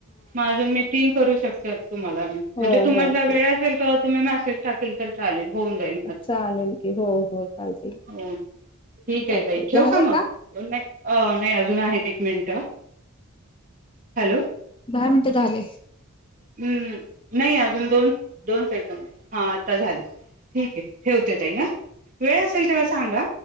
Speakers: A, on the right; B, on the left.
A: मग अजून मी तीन करू शकते तुम्हाला मी
B: हो
A: म्हणजे तुम्हाला
B: हो
A: वेळ
B: तीन
A: असेल तर?? तुम्ही मेसेज टाकेल तर चालेल होऊन जाईल माझ
B: चालेल की हो हो चालते
A: हो ठीकये
B: ओके
A: ताई ठेवू
B: झाले
A: का मग ना नाही अजून आहेत. एक मिनिट हॅलो
B: दहा मिनटं झाले.
A: हं नाही अजून दोन दोन सेकंड हा आता झाल ठीकये ठेवते ताई ह वेळ असेल तेव्हा सांगा.